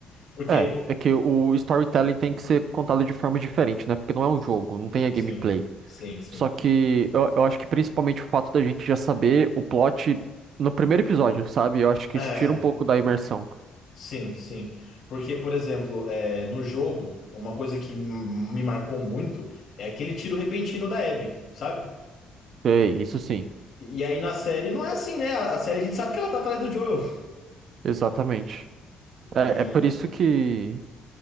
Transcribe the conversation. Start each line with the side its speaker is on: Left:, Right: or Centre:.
Left: Porque.
Right: É,
Left: po-
Right: é que o storytelling tem que ser contado de forma diferente, né? Porque não é um jogo, não tem a gameplay.
Left: Sim, sim, sim.
Right: Só que eu, eu acho que principalmente o fato da gente já saber o plot no primeiro episódio, sabe? Eu acho que
Left: É.
Right: isso tira um pouco da imersão.
Left: Sim, sim. Porque, por exemplo, é, no jogo, uma coisa que m- me marcou muito é aquele tiro repentino da Abby, sabe?
Right: Sei,
Left: E,
Right: isso sim,
Left: e aí na série não é assim, né? A a série a gente sabe que ela tá atrás do Joel.
Right: exatamente. É,
Left: E.
Right: é por isso que,